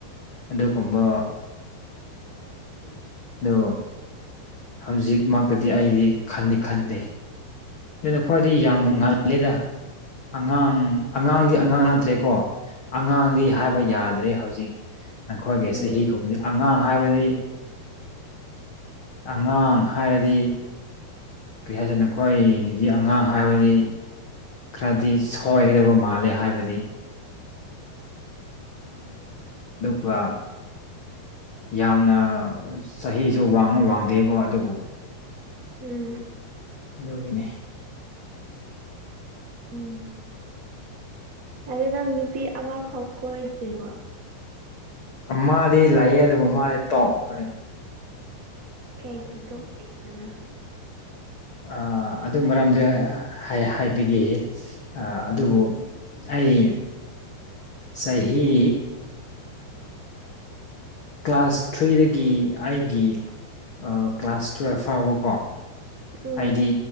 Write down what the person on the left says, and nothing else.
ꯑꯗꯨꯒꯨꯝꯕ
ꯗꯣ ꯍꯧꯖꯤꯛꯃꯛꯇꯗꯤ ꯑꯩꯗꯤ ꯈꯟꯗꯤ ꯈꯟꯗꯦ ꯑꯗꯨꯅ ꯈ꯭ꯋꯥꯏꯗꯩ ꯌꯥꯝ ꯉꯜꯂꯤꯗ ꯑꯉꯥꯡ ꯑꯉꯥꯡꯗꯤ ꯑꯉꯥꯡ ꯅꯠꯇ꯭ꯔꯦꯀꯣ ꯑꯉꯥꯡꯗꯤ ꯍꯥꯏꯕ ꯌꯥꯗ꯭ꯔꯦ ꯍꯧꯖꯤꯛ ꯑꯩꯈꯣꯏꯒꯤ
ꯆꯍꯤ ꯀꯨꯝꯕꯗꯤ ꯑꯉꯥꯡ ꯍꯥꯏꯕꯗꯤ ꯑꯉꯥꯡ ꯍꯥꯏꯔꯗꯤ ꯀꯔꯤ ꯍꯥꯏꯗꯨꯅꯣ ꯅꯈꯣꯏꯒꯤꯗꯤ ꯑꯉꯥꯡ ꯍꯥꯏꯕꯗꯤ ꯈꯔꯗꯤ ꯁꯣꯏꯔꯕ ꯃꯥꯜꯂꯦ ꯍꯥꯏꯕꯗꯤ
ꯋꯥ ꯌꯥꯝꯅ ꯆꯍꯤꯁꯨ ꯋꯥꯡꯉ ꯋꯥꯡꯗꯦꯀꯣ ꯑꯗꯨꯕꯨ
ꯑꯗꯨꯒꯤꯅꯤ
ꯑꯃꯥꯗꯤ ꯂꯩꯌꯦ ꯑꯗꯨꯒ ꯃꯥꯗꯤ ꯇꯣꯛꯈ꯭ꯔꯦ
ꯑꯥ ꯑꯗꯨ ꯃꯔꯝꯗꯣ ꯍꯥꯏ ꯍꯥꯏꯕꯤꯒꯦ ꯑꯥ ꯑꯗꯨꯕꯨ ꯑꯩ ꯆꯍꯤ
ꯀ꯭ꯂꯥꯁ ꯊ꯭ꯔꯤꯗꯒꯤ ꯑꯩꯒꯤ ꯑꯥ ꯀ꯭ꯂꯥꯁ ꯇꯨꯋꯦꯜꯐ ꯐꯥꯎꯕꯀꯣ
ꯑꯩꯗꯤ